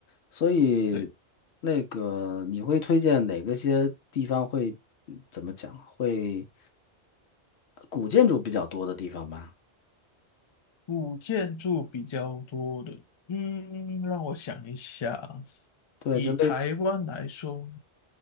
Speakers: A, on the left (about 75°); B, on the left (about 40°).
A: 所以
B: 对，
A: 那个你会推荐哪个些地方会嗯怎么讲，会古建筑比较多的地方吧？
B: 古建筑比较多的，嗯，让我想一下啊，
A: 对，
B: 以台湾来说。
A: 就类似，